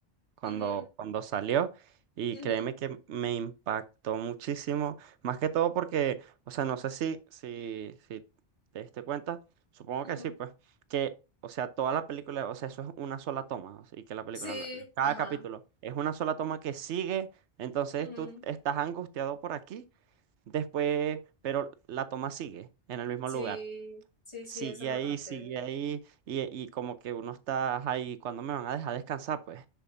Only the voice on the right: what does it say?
cuando,
cuando salió y
créeme que me impactó muchísimo, más que todo porque, o sea, no sé si, si, si te diste cuenta, supongo
que sí, pues, que, o sea, toda la película, o sea, eso es una sola toma, o sea, y que la película,
la- cada
capítulo es una sola toma que sigue, entonces
tú estás angustiado por aquí, después, pero la toma sigue en el mismo
lugar
sigue
ahí,
sigue ahí, y, y como que uno está ahí, ¿cuándo me van a dejar descansar? Pues